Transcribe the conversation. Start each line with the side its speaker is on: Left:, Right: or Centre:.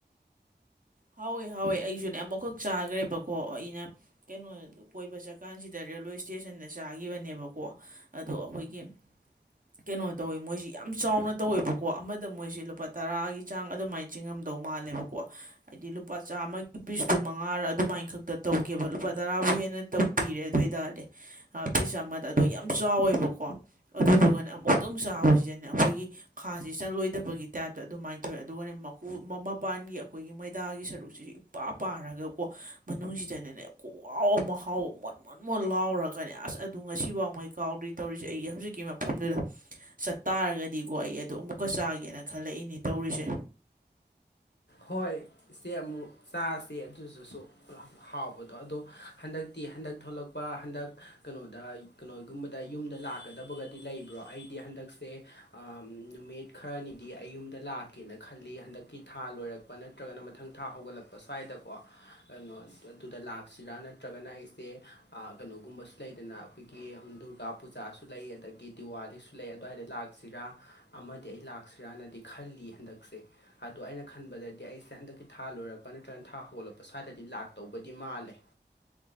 Right: ꯍꯥꯎꯋꯦ ꯍꯥꯎꯋꯦ ꯑꯩꯁꯨꯅꯦ ꯑꯃꯨꯛꯈꯛ ꯆꯥꯈ꯭ꯔꯦꯕꯀꯣ ꯑꯩꯅ ꯀꯩꯅꯣ ꯀꯣꯏꯕ ꯆꯠꯀꯥꯟꯁꯤꯗ ꯔꯦꯜꯋꯦ ꯏꯁꯇꯦꯁꯟꯗ ꯆꯥꯈꯤꯕꯅꯦꯕꯀꯣ ꯑꯗꯣ ꯑꯩꯈꯣꯏꯒꯤ ꯀꯩꯅꯣ ꯇꯧꯋꯦ ꯃꯣꯏꯁꯤ ꯌꯥꯝ ꯆꯥꯎꯅ ꯇꯧꯋꯦꯕꯀꯣ ꯑꯃꯗ ꯃꯣꯏꯁꯤ ꯂꯨꯄꯥ ꯇꯔꯥꯒꯤ ꯆꯥꯡ ꯑꯗꯨꯃꯥꯏꯅ ꯆꯤꯡꯉꯝꯗꯧ ꯃꯥꯜꯂꯦꯕꯀꯣ ꯀꯋꯥ ꯍꯥꯏꯗꯤ ꯂꯨꯄꯥ ꯆꯥꯝꯃꯒꯤ ꯄꯤꯁꯄꯨ ꯃꯉꯥꯔꯥ ꯑꯗꯨꯃꯥꯏꯅ ꯈꯛꯇ ꯇꯧꯒꯦꯕ ꯂꯨꯄꯥ ꯇꯔꯥꯕꯨ ꯍꯦꯟꯅꯧ ꯄꯤꯔꯦ ꯑꯗꯨ ꯑꯣꯏ ꯇꯔꯗꯤ ꯄꯤꯁ ꯑꯃꯗ ꯑꯗꯣ ꯌꯥꯝ ꯆꯥꯎꯋꯦꯕꯀꯣ ꯑꯗꯨꯗꯨꯒꯅ ꯑꯃꯨꯛꯇꯪ ꯆꯥꯕꯁꯤꯖꯟꯅ ꯑꯩꯈꯣꯏꯒꯤ ꯈꯥꯁꯤ ꯆꯜꯂꯣꯏꯗꯕꯒꯤ ꯇꯥꯏꯞꯇ ꯑꯗꯨꯃꯥꯏꯅ ꯇꯧꯋꯤ ꯑꯗꯨꯒ ꯃꯄꯥꯟꯒꯤ ꯑꯩꯈꯣꯏꯒꯤ ꯍꯗꯥꯒꯤ ꯁꯔꯨꯛꯁꯤꯁꯨ ꯏꯄꯥ ꯄꯥꯔꯒ ꯀꯣ ꯃꯅꯨꯡꯁꯤꯗꯅꯦꯅꯦ ꯈꯣꯡꯒꯥꯎ ꯑꯃ ꯍꯥꯎꯕ ꯃꯣꯠ ꯃꯣꯟ ꯃꯣꯟ ꯂꯥꯎꯔ ꯀꯥꯟꯅꯤ ꯑꯁ ꯑꯗꯨ ꯉꯁꯤꯐꯥꯎꯉꯩ ꯀꯥꯎꯗ꯭ꯔꯤ ꯇꯧꯔꯤꯁꯦ ꯑꯩꯒꯤ ꯍꯧꯖꯤꯛꯀꯤ ꯃꯐꯝꯗꯨꯗ ꯆꯠꯇꯥꯔꯒꯗꯤꯀꯣ ꯑꯩ ꯑꯗꯨꯗ ꯑꯃꯨꯛꯀ ꯆꯥꯒꯦꯅ ꯈꯜꯂꯛꯏꯅꯦ ꯇꯧꯔꯤꯁꯦ
Left: ꯍꯣꯏ ꯏꯆꯦ ꯑꯃꯨꯛ ꯆꯥꯁꯦ ꯑꯗꯨꯗꯨꯁꯨ ꯍꯥꯎꯕꯗꯣ ꯑꯗꯣ ꯍꯟꯗꯛꯇꯤ ꯍꯟꯗꯛ ꯊꯂꯛꯄ ꯍꯟꯗꯛ ꯀꯩꯅꯣꯗ ꯀꯩꯅꯣꯒꯨꯝꯕꯗ ꯌꯨꯝꯗ ꯂꯥꯛꯀꯗꯕꯒꯗꯤ ꯂꯩꯕ꯭ꯔꯣ ꯑꯩꯗꯤ ꯍꯟꯗꯛꯁꯦ ꯅꯨꯃꯤꯠ ꯈꯔꯅꯤꯗꯤ ꯑꯩꯌꯨꯝꯗ ꯂꯥꯛꯀꯦꯅ ꯈꯜꯂꯤ ꯍꯟꯗꯛꯀꯤ ꯊ ꯊꯥ ꯂꯣꯏꯔꯛꯄ ꯅꯠꯇ꯭ꯔꯒꯅ ꯃꯊꯪ ꯊꯥ ꯍꯧꯒꯠꯂꯛꯄ ꯁ꯭ꯋꯥꯏꯗꯀꯣ ꯀꯩꯅꯣ ꯑꯗꯨꯗ ꯂꯥꯛꯁꯤꯔꯥ ꯅꯠꯇ꯭ꯔꯒꯅ ꯑꯩꯁꯦ ꯀꯩꯅꯣꯒꯨꯝꯕꯁꯨ ꯂꯩꯗꯅ ꯑꯩꯈꯣꯏꯒꯤ ꯗꯨꯔꯒꯥ ꯄꯨꯖꯥꯁꯨ ꯂꯩ ꯑꯗꯒꯤ ꯗꯤꯋꯥꯂꯤꯁꯨ ꯂꯩ ꯑꯗꯨꯋꯥꯏꯗ ꯂꯥꯛꯁꯤꯔꯥ ꯑꯃꯗꯤ ꯑꯩ ꯂꯥꯛꯁꯤꯔꯥꯅꯗꯤ ꯈꯜꯂꯤꯌꯦ ꯍꯟꯗꯛꯁꯦ ꯑꯗꯣ ꯑꯩꯅ ꯈꯟꯕꯗꯗꯤ ꯑꯩꯁꯦ ꯍꯟꯗꯛꯀꯤ ꯊꯥ ꯂꯣꯏꯔꯛꯄ ꯅꯠꯇ꯭ꯔꯒꯅ ꯊꯥ ꯍꯧꯒꯠꯂꯛꯄ ꯁ꯭ꯋꯥꯏꯗꯗꯤ ꯂꯥꯛꯇꯧꯕꯗꯤ ꯃꯥꯜꯂꯦ